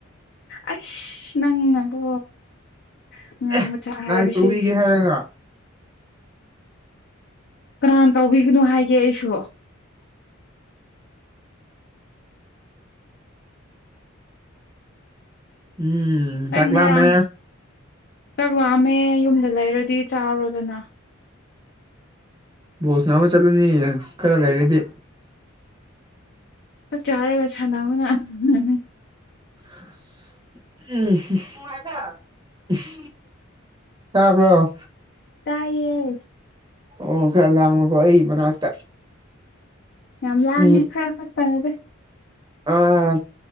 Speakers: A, on the left; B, on the right.
A: ꯑꯩꯁ ꯅꯪꯅꯀꯣ ꯑꯉꯥꯡ
B: ꯑꯦ
A: ꯃꯆꯥ ꯍꯥꯏꯕꯁꯤ
B: ꯂꯥꯏ <unintelligible>
A: ꯀꯅꯥ ꯇꯧꯕꯤꯒꯅꯣ ꯍꯥꯏꯒꯦ ꯑꯩꯁꯨ
B: ꯎꯝ ꯆꯥꯛ
A: ꯑꯩ ꯉꯔꯥꯡ
B: ꯂꯥꯝꯃꯦ
A: ꯆꯥꯛꯂꯛꯑꯝꯃꯦ ꯌꯨꯝꯗ ꯂꯩꯔꯗꯤ ꯆꯥꯔꯣꯗꯅ
B: ꯕꯣꯁ ꯅꯥꯝꯃꯥ ꯆꯠꯂꯅꯤꯌꯦ ꯈꯔ ꯂꯩꯔꯗꯤ
A: ꯆꯥꯛ ꯆꯥꯔꯒ ꯁꯥꯟꯅꯕ <unintelligible>
B: <inaudible> ꯇꯥꯕ꯭ꯔꯣ
A: ꯇꯥꯏꯌꯦ
B: ꯑꯣ ꯈꯔ ꯂꯥꯡꯕꯀꯣ ꯑꯩ ꯃꯅꯥꯛꯇ
A: ꯌꯥꯝ ꯂꯥꯡꯉꯦ
B: ꯃꯤ
A: ꯈꯔ ꯈꯛꯇꯅꯗꯤ
B: ꯑꯥ